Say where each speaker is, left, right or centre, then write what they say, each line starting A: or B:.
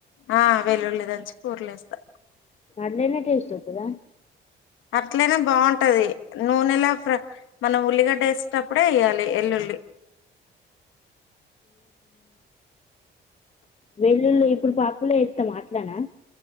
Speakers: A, on the left; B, on the left.
A: ఆ వెల్లుల్లి దంచి కూరల ఏస్తా
B: అట్లనే టేస్ట్ వస్తదా
A: అట్లనే బాగుంటది. నూనెల ఫ్ర మనం ఉల్లిగడ్డ ఏసి టప్పుడే ఏయాలి ఎల్లుల్లి
B: వెల్లుల్లి ఐప్పుడు పప్పుల ఏస్తాం అట్లనా